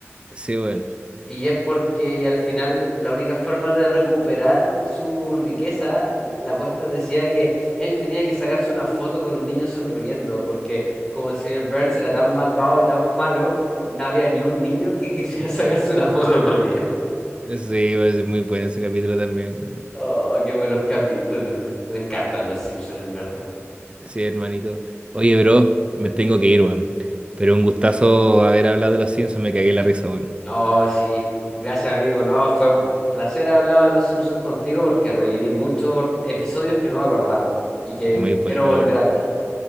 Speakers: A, on the right (about 25°); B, on the left (about 15°).
A: Sí, weón.
B: Y es porque y al final la única forma de recuperar su riqueza, la apuesta decía que él tenía que sacarse una foto con un niño sonriendo, porque como el señor Burns era tan malvado y tan malo, no había ni un niño que quisiera <laughs> sacarse una foto con él.
A: Sí, weón, es muy bueno ese capítulo también, weón.
B: Oh, qué buenos capítulos. Me encantan los Simpsons, en verdad.
A: Sí, hermanito. Oye, bro, me tengo que ir, weón. Pero un gustazo haber hablado de los Simpsons, me cagué la risa, weón.
B: Oh, sí. Gracias, amigo. No, fue un placer hablar de los Simpsons contigo porque reviví muchos episodios que no me acordaba y que
A: Es muy bueno,
B: quiero volver
A: weón.
B: a ver.